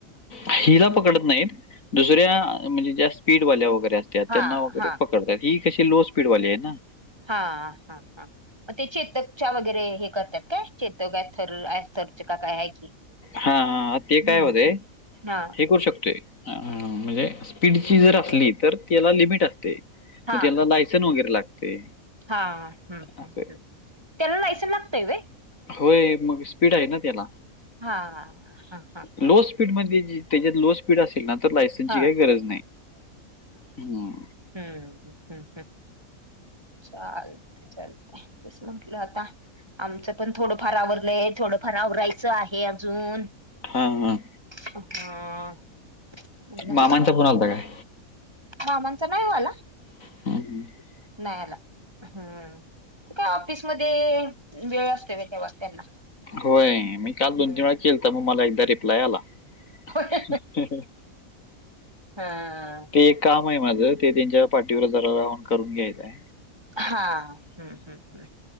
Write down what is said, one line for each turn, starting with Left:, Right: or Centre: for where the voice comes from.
Left: हिला पकडत नाहीत दुसऱ्या म्हणजे ज्या स्पीडवाल्या वगैरे असत्या
Right: हा
Left: त्यांना वगैरे
Right: हा
Left: पकडत्या. ही कशी लो स्पीड वाली आहे ना.
Right: हा हा हा म ते चेतक च्या वगैरे हे करत्यात काय चेतक काय थर <unintelligible> का काय आहे की.
Left: हा हा ते काय
Right: हम्म
Left: होऊ
Right: हम्म हा
Left: फेकु शकतोय. हा म्हणजे स्पीडची जर असली तर त्याला लिमिट असते.
Right: हा
Left: म त्यांला लायसन वगैरे लागते.
Right: हा हम्म हम्म
Left: असं.
Right: हम्म तेला लायसेन लागतय वय.
Left: होय मग स्पीड आहे ना त्याला
Right: हा हा हा हा
Left: लो स्पीड मध्ये जे त्याच्यात लो स्पीड असेल ना तर लायसनची
Right: हा
Left: काही गरज नाही हम्म.
Right: हूं.. हूं. हू.. ह. चालतंय, चालतंय तेच म्हंटलं आता, आमचं पण थोडंफार आवरलंय, थोडंफार आवरायचं आहे अजून.
Left: हा, हा.
Right: हा... मला
Left: मामांचा फोन आलता काय?
Right: मामांचा नाही वो आला.
Left: <unintelligible>
Right: नाय आला हं.. ते काय ऑफिसमध्ये वेळ असतोय व्हयं तेव्हा त्यांना.
Left: व्हय मी काल
Right: हम्म
Left: दोन -तीन वेळा केलता, मग मला एकदा रिप्लाय आला. <unintelligible>
Right: होय हा
Left: ते एक काम आहे माझं, ते त्यांच्या पाठीवर जरा राहून करून घ्यायचायं.
Right: हा, हुं. हुं. हु.